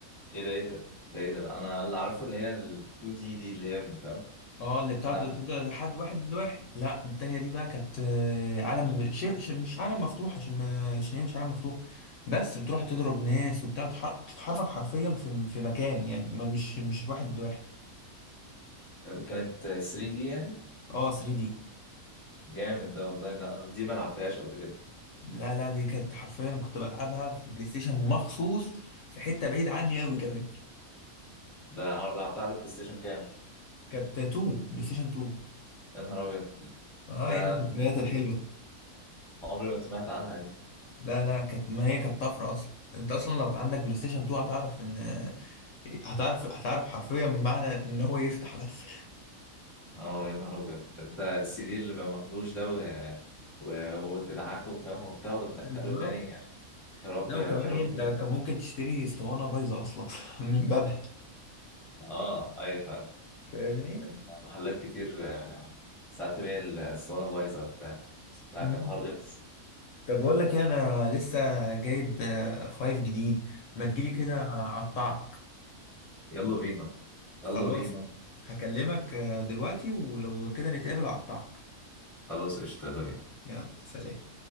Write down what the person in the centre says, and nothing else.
ايه ده ايه ده ده ايه ده انا اللي عارفه اللي هي ال 2 دي دي اللي هي فاهم
لا
كانت 3 دي يعني
جامد ده والله ده دي ما لعبتهاش قبل كده
ده لعبتها على البلاي ستيشن كام
يا نهار ابيض
ده
ده
عمري ما سمعت عنها
اه يا نهار ابيض ده انت السي دي اللي ما ماخدوش ده و... و... وتضحكوا فاهم وبتاع وتدخلوا
تاني يا أخي يا رب
يا
رب
مش
ده.
اه ايوه فعلا
كان محلات كتير آه، ساعات تلاقي الاسطوانه بايظه وبتاع لا
كان حوار غلس
يلا بينا
يلا بينا
خلاص قشطة يلا بينا